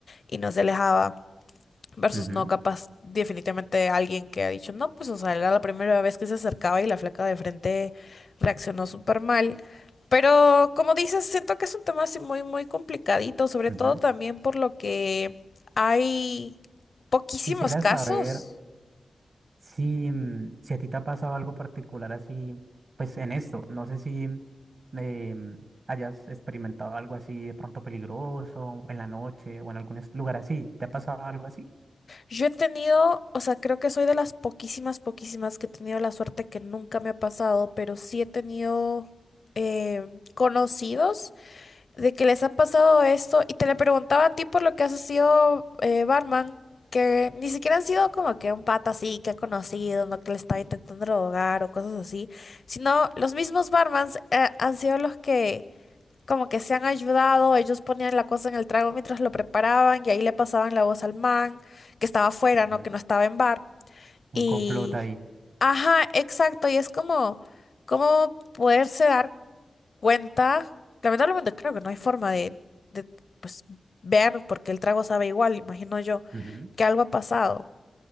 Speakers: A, on the left; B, on the right.
A: y no se alejaba. Versus
B: ujú,
A: no, capaz, definitivamente alguien que ha dicho, no, pues, o sea, era la primera vez que se acercaba y la flaca de frente reaccionó súper mal. Pero, como dices, siento que es un tema así muy, muy complicadito, sobre
B: ujú.
A: todo también por lo que hay poquísimos
B: Quisiera
A: casos.
B: saber si, mm, si a ti te ha pasado algo particular así, pues en esto. No sé si eh, hayas experimentado algo así de pronto peligroso o en la noche o en algún es- lugar así. ¿Te ha pasado algo así?
A: Yo he tenido, o sea, creo que soy de las poquísimas, poquísimas que he tenido la suerte que nunca me ha pasado, pero sí he tenido eh, conocidos de que les ha pasado esto y te le preguntaba a ti por lo que has sido eh, barman, que ni siquiera han sido como que un pata así que ha conocido, no que le estaba intentando drogar o cosas así, sino los mismos barmans eh, han sido los que como que se han ayudado, ellos ponían la cosa en el trago mientras lo preparaban y ahí le pasaban la voz al man que estaba afuera,
B: Ujú.
A: ¿no? Que no estaba en bar.
B: Un
A: Y...
B: complot ahí.
A: Ajá, exacto, y es como... ¿Cómo poderse dar cuenta. Lamentablemente creo que no hay forma de, de, pues, ver, porque el trago sabe igual, imagino yo,
B: Ujú.
A: que algo ha pasado.